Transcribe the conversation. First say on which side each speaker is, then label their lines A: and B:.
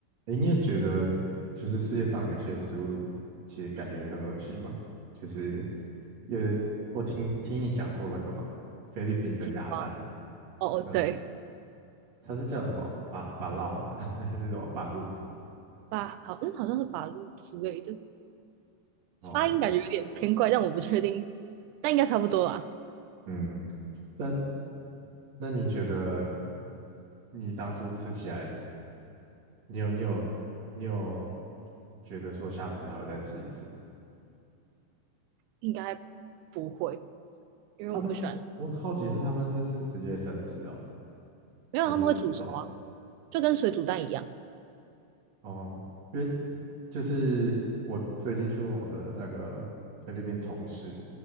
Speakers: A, on the right (about 60°); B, on the right (about 85°).
A: 诶，你有觉得就是世界上有些食物其实感觉很恶心吗？就是因为我听听你讲过那个嘛，菲律宾的鸭蛋嘛，
B: 金瓜，哦哦，
A: 对不对？
B: 对，
A: 它是叫什么？巴巴烙啊，<laughs> 还是什么巴鲁？
B: 八好，嗯，好像是八路之类的，
A: 哦，
B: 发音感觉有点偏怪，但我不确定，但应该差不多啦，
A: 嗯，但那你觉得你当初吃起来，你有你有你有觉得说下次还会再吃一次吗？
B: 应该不会，因为我不喜欢，
A: 他们，我很好奇是他们就是直接生吃哦，
B: 没有他们会煮熟啊，
A: 还是走？
B: 就跟水煮蛋一样，
A: 哦，因为就是我最近去问我的那个菲律宾同事，